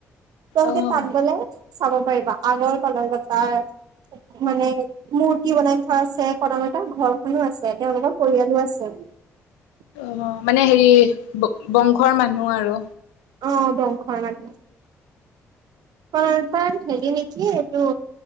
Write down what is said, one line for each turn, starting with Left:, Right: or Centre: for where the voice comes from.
Right: তোমালোকে
Left: অ'
Right: তাত গলে চাব পাৰিবা আগৰ কলংকতাৰ মানে মূৰ্তি বনাই থোৱা আছে কদম এতটা ঘৰখনো আছে তেওঁনেৰ পৰিয়ালো আছে <unintelligible>
Left: অ', মানে হেৰি বংশৰ মানুহ আৰু
Right: অ বংশৰ লাগে ক তাৰ হেৰি নেকি এইটো